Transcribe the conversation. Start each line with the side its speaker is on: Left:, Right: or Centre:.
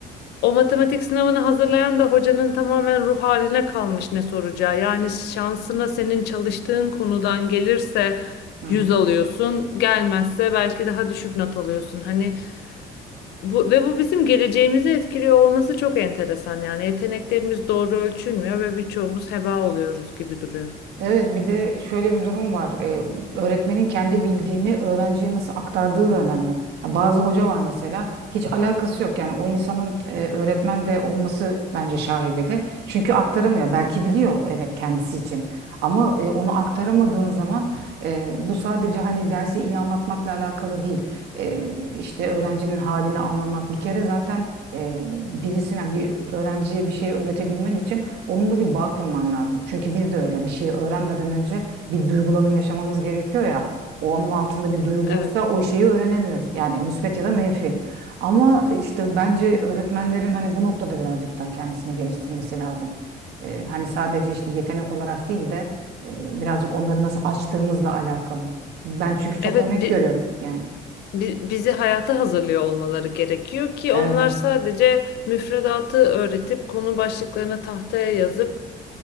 Left: o matematik sınavını hazırlayan da hocanın tamamen ruh haline kalmış ne soracağı. Yani şansına senin çalıştığın konudan gelirse
Right: Hı.
Left: 100 alıyorsun, gelmezse belki daha düşük not alıyorsun. Hani bu ve bu bizim geleceğimizi etkiliyor olması çok enteresan. Yani yeteneklerimiz doğru ölçülmüyor ve birçoğumuz heba oluyoruz gibi duruyor.
Right: Evet bir de şöyle bir durum var. Ee, öğretmenin kendi bildiğini öğrenciye nasıl aktardığı da önemli. Ya bazı hoca var mesela hiç alakası yok. Yani o insanın e, öğretmen de olması bence şaibeli. Çünkü aktaramıyor. Belki biliyor evet kendisi için. Ama e, onu aktaramadığın zaman e, bu sadece hani dersi iyi anlatmakla alakalı değil. E, işte öğrencinin halini anlamak. Bir kere zaten e, birisine bir öğrenciye bir şey öğretebilmen için onun da bir bağ kurman lazım. Çünkü biz de öyle bir şeyi öğrenmeden önce bir duygulanım yaşamamız gerekiyor ya. O onun altında bir duygu
Left: Evet.
Right: yoksa o şeyi öğrenemiyoruz. Yani müsbet ya da menfi. Ama işte bence öğretmenlerin hani bu noktada birazcık daha kendisini geliştirmesi lazım. Ee, hani sadece işte yetenek olarak değil de e, birazcık onları nasıl açtığımızla alakalı. Ben çünkü çok
Left: Evet,
Right: örnek
Left: bi-
Right: görüyorum yani.
Left: bi- bizi hayata hazırlıyor olmaları gerekiyor ki
Right: Evet,
Left: onlar sadece müfredatı öğretip konu başlıklarını tahtaya yazıp